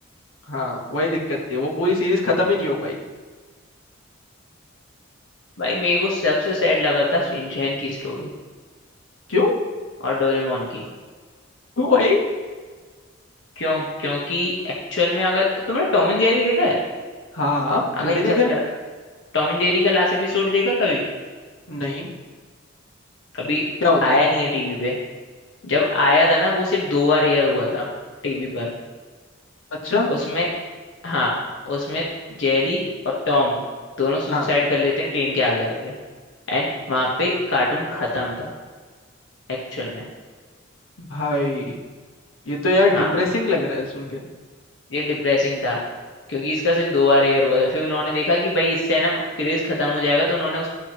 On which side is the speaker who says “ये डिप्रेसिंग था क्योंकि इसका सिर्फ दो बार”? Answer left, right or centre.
Left